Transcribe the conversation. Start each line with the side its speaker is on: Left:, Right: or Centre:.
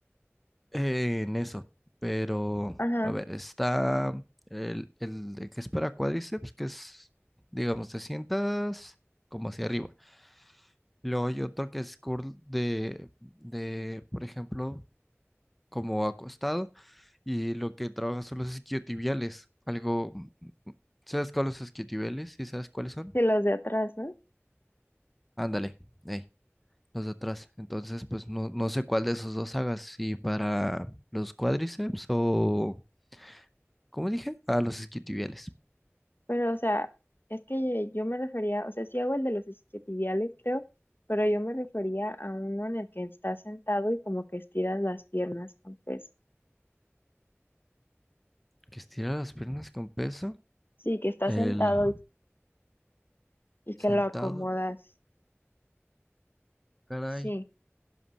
Centre: eh, <laughs> en eso. Pero,
Left: Ajá,
Centre: a ver, está el, el de que es para cuádriceps, que es, digamos, te sientas como hacia arriba. Luego hay otro que es curl de, de, por ejemplo, como acostado y lo que trabaja son los isquiotibiales. Algo, ¿sabes cuáles son los isquiotibiales? ¿Y sabes cuáles son?
Left: que los de atrás, ¿no?
Centre: Ándale, ey, los de atrás. Entonces, pues no, no sé cuál de esos dos hagas, si para los cuádriceps o, ¿cómo dije? Ah, los isquiotibiales.
Left: Pero, o sea, es que yo me refería, o sea, sí hago el de los isquiotibiales, creo, pero yo me refería a uno en el que estás sentado y como que estiras las piernas con peso.
Centre: Que estira las piernas con peso.
Left: Sí, que estás
Centre: El
Left: sentado y y que
Centre: sentado,
Left: lo acomodas.
Centre: caray.
Left: Sí.